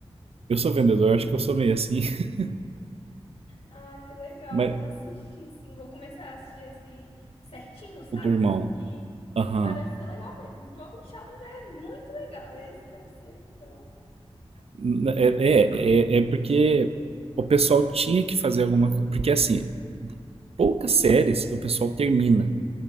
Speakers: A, on the right (about 70°); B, on the left (about 75°).
A: Eu sou vendedor, acho que eu sou meio assim. <laughs>
B: Ah, que legal.
A: Mas
B: Vou assistir, sim. Vou começar a assistir esse aí certinho, sabe?
A: o do irmão,
B: Seguir.
A: aham.
B: Porque parece ser legal mesmo. O Jovem Sheldon já é muito legal. Esse deve ser, então.
A: N- É, é, é, é porque o pessoal tinha que fazer alguma coisa. Porque assim, poucas séries o pessoal termina.